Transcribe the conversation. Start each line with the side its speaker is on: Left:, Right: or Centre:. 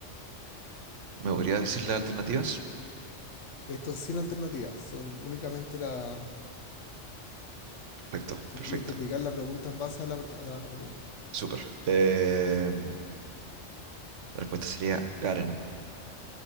Right: ¿me podrías decir las alternativas?
Left: Esto es sin alternativas, son únicamente la...
Right: Perfecto,
Left: Tú
Right: perfecto,
Left: tienes que indicar la pregunta en base a la, a la pregunta.
Right: súper. Eh, la respuesta sería Garen.